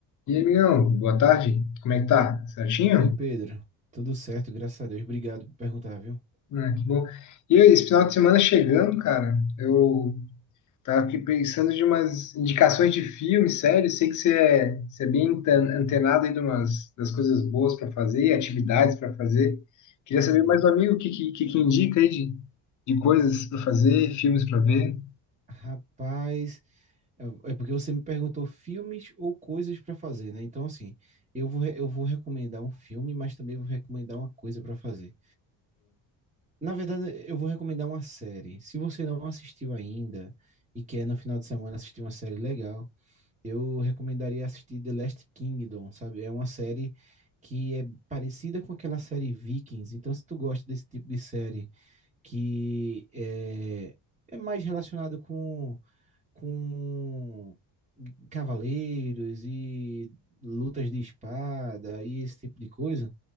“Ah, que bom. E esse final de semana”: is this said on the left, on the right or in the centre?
Left